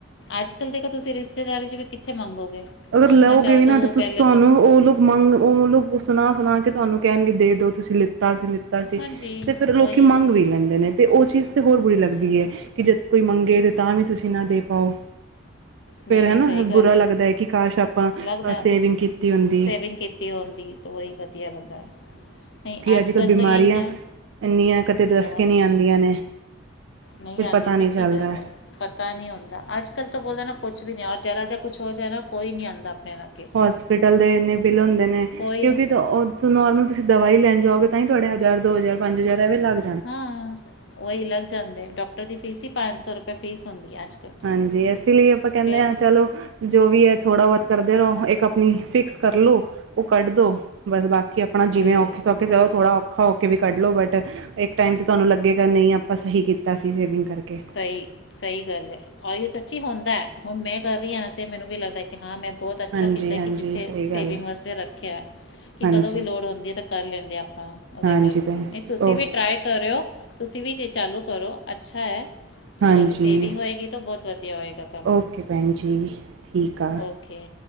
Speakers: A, on the left; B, on the right.
A: ਅੱਜਕਲ ਜੇਕਰ ਤੁਸੀਂ ਰਿਸ਼ਤੇਦਾਰੀ ਚ ਵੀ ਕਿੱਥੇ ਮੰਗੋਗੇ
B: ਅਗਰ
A: ਮੰਗਣਾ
B: ਲਓਗੇ
A: ਚਾਹੋ
B: ਵੀ ਨਾ
A: ਤਾਂ
B: ਤੇ
A: ਪਹਿਲੇ
B: ਤੁਹਾਨੂੰ
A: ਤੋਂ
B: ਉਹ ਮੰਗ ਓ ਲੋਕ ਸੁਣਾ ਸੁਣਾ ਕੇ ਤੁਹਾਨੂੰ ਕੈਣਗੇ ਦੇ ਦੋ ਤੁਸੀਂ ਲਿਤਾ ਅਸੀਂ ਲਿ ਸੀ
A: ਹਾਂਜੀ
B: ਤੇ ਫਿਰ ਲੋਕੀ
A: ਉਹੀ
B: ਮੰਗ ਵੀ ਲੈਦੇ ਨੇ ਤੇ ਉਹ ਚੀਜ਼ ਤੇ ਹੋਰ
A: ਸਹੀ
B: ਬੜੀ ਲੱਗਦੀ
A: ਗੱਲ
B: ਹ
A: ਹੈ
B: ਕਿ ਜ ਦ ਕੋਈ ਮੰਗੇ ਤੇ ਤਾਂ ਵੀ ਤੁਸੀਂ ਨਾ ਦੇ ਪਾਓ
A: ਨਹੀਂ
B: ਫੇਰ ਹੈ
A: ਨਹੀਂ
B: ਨਾ
A: ਸਹੀ ਗੱਲ
B: ਬੁਰਾ
A: ਹੈ
B: ਲੱਗਦਾ ਕਿ ਕਾਸ਼ ਆਪਾਂ
A: ਲੱਗਦਾ ਹੈ
B: ਸੇਵਿੰਗ
A: ਨਾ
B: ਕੀਤੀ ਹੁੰਦੀ
A: ਸੇਵਿੰਗ ਕੀਤੀ ਹੁੰਦੀ ਤਾਂ ਉਹੀ ਵਧੀਆ ਲੱਗਦਾ ਹੈ ਨਹੀਂ ਅੱਜ
B: ਅੱਜਕਲ
A: ਕੱਲ੍ਹ
B: ਬਿਮਾਰੀ
A: ਤਾਂ ਯਹੀ ਕਿਆ
B: ਆ ਇੰਨੀਆਂ ਕਤੇ ਦਸ
A: ਬਹੁਤ
B: ਕੇ ਨਹੀਂ
A: ਹੈ
B: ਆਦੀਆਂ ਨੇ
A: ਨਹੀਂ
B: ਕੁਛ
A: ਆਂਦੀ
B: ਪਤਾ
A: ਸੱਚੀ
B: ਚੱਲਦਾ
A: ਗੱਲ ਹੈ ਪਤਾ ਨਹੀਂ ਹੁੰਦਾ ਅੱਜ ਕੱਲ ਤਾਂ ਬੋਲਦਾ ਨਾ ਕੁਝ ਵੀ ਨਹੀਂ ਉਹ ਜਰਾ ਜਿਹਾ ਕੁਛ ਹੋ ਜੇ ਨਾ ਕੋਈ ਨਹੀਂ ਆਂਦਾ ਆਪਣੇ ਵਰਗੇ
B: ਹੋਸਪਿਟਲ ਦੇ ਇ ਨੇ ਬਿਲ ਹੁੰਦੇ ਨੇ
A: ਕੋਈ
B: ਕਿਉਂਕਿ ਤਾਂ ਤੁਸੀਂ ਨੋਰਮਲ ਤੁਸੀ ਦਵਾਈ ਲੈਣ ਜਾਓਗੇ ਤਾਂ ਹੀ ਤੁਹਾਡੇ ਹਜ਼ਾਰ ਦੋ ਹਜਾਰ ਪੰਜ ਹਜਾਰ ਐਵੇਂ ਲਾ ਦੇ
A: ਹਾਂ ਉਹੀ ਲੱਗ ਜਾਂਦੇ ਡਾਕਟਰ ਦੀ ਫੀਸ ਹੀ ਪੰਜ ਸੋ ਰੁਪੇ ਫੀਸ ਹੁੰਦੀ ਹ ਅੱਜ ਕੱਲ
B: ਹਾਂਜੀ ਇਸ ਲਈ ਆਪਾਂ ਕੈਂਦੇ
A: ਫਿਰ
B: ਆ ਚਲੋ ਜੋ ਵੀ ਹੈ ਥੋੜ੍ਹਾ ਬੋਤ ਕਰਦੇ ਰਹੋ ਇੱਕ ਆਪਣੀ ਫਿਕਸ ਕਰ ਲੋ ਉਹ ਕੱਢ ਦੋ ਬਸ ਬਾਕੀ ਆਪਣਾ
A: ਉਹੀ
B: ਜਿਵੇਂ ਔਖੇ
A: ਉਹੀ
B: ਸੌਖੇ ਚ ਥੋੜ੍ਹਾ ਔਖਾ ਹੋਕੇ ਵੀ ਕੱਢ ਲਉ ਬਟ ਇੱਕ ਟਾਈਮ ਤਾਂ ਤੁਹਾਨੂੰ ਲੱਗੇਗਾ ਨਹੀਂ ਆਪਾਂ ਸਹੀ ਕੀਤਾ ਸੀ ਸੇਵਿੰਗ ਕਰਕੇ
A: ਸਹੀ ਸਹੀ ਗੱਲ ਹੈ ਔਰ ਇਹ ਸੱਚੀ ਹੁੰਦਾ ਹੈ ਹੁਣ ਮੈਂ ਕਰ ਰਹੀ ਹਾਂ ਨਾਸੇ ਮੈਨੂੰ ਵੀ ਲੱਗਦਾ ਕਿ ਹਾਂ ਮੈਂ ਬੋਤ ਅੱਛਾ
B: ਹਾਂਜੀ
A: ਕੀਤਾ
B: ਹਾਂਜੀ
A: ਕਿ ਜਿੱਥੇ
B: ਸਹੀ
A: ਸੇਵਿੰਗ
B: ਗੱਲ ਹੈ
A: ਵਾਸਤੇ ਰੱਖਿਆ ਕਿ
B: ਹਾਂਜੀ
A: ਕਦੋਂ ਵੀ ਲੋੜ ਹੁੰਦੀ ਹੈ ਤਾਂ ਕਰ ਲੈਂਦੇ ਆਪਾਂ ਉਹਦੇ
B: ਹਾਂਜੀ
A: ਕਰਕੇ
B: ਭੈਣ
A: ਨਹੀਂ
B: ਜੀ
A: ਤੁਸੀਂ
B: ਓਕੇ
A: ਵੀ ਟਰਾਈ ਕਰੇਓ ਤੁਸੀਂ ਵੀ ਕਿ ਚਾਲੂ ਕਰੋ ਅੱਛਾ ਹੈ
B: ਹਾਂਜੀ
A: ਤੁਹਾਡੀ ਸੇਵਿੰਗ ਹੋਏਗੀ ਤਾਂ ਬਹੁਤ ਵਧੀਆ ਹੋਏਗਾ ਕੰਮ
B: ਓਕੇ ਭੈਣ ਜੀ ਠੀਕ ਆ
A: ਓਕੇ